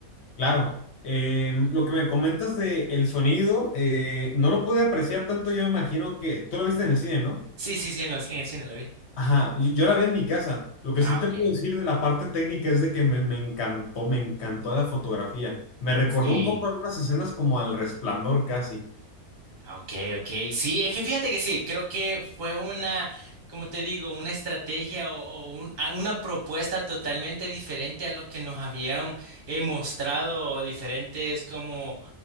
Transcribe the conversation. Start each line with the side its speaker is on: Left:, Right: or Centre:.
Left: Claro, Em, lo que me comentas de el sonido, eh, no lo pude apreciar tanto, yo me imagino que tú lo viste en el cine, ¿no?
Right: Sí, sí, sí, en los, en el cine lo vi.
Left: Ajá, yo, yo la vi en mi casa. Lo que
Right: Ah,
Left: sí te
Right: ok.
Left: puedo decir de la parte técnica es de que me, me encantó, me encantó la fotografía. Me recordó
Right: Sí.
Left: un poco algunas escenas como al Resplandor casi.
Right: Ah, Ok, ok. Sí, es que fíjate que sí, creo que fue una, como te digo, una estrategia o, o un- a- una propuesta totalmente diferente a los que nos habían eh, mostrado diferentes como